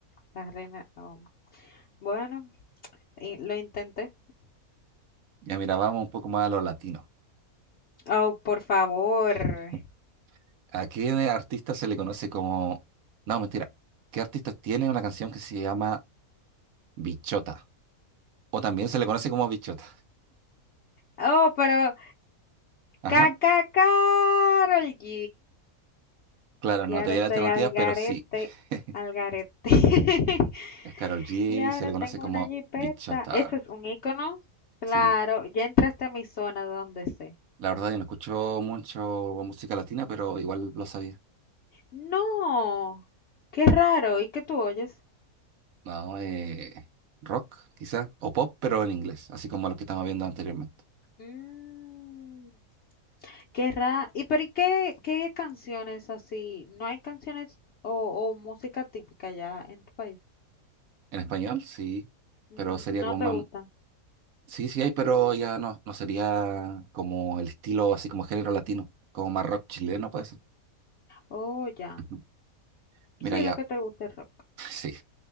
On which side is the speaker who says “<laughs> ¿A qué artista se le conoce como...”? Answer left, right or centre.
Right